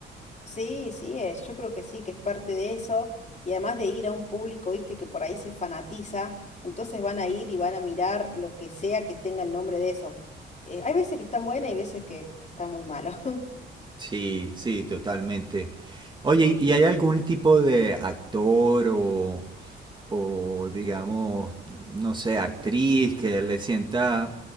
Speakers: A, on the left; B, on the right.
A: sí, sí es, yo creo que sí, que es parte de eso, y además de ir a un público, viste, que por ahí se fanatiza, entonces van a ir y van a mirar lo que sea que tenga el nombre de eso. Eh, hay veces que están buenas y veces que, que está muy malo. <laughs>
B: Sí, sí, totalmente. Oye, ¿y hay algún tipo de actor o, o digamos, no sé, actriz que le sienta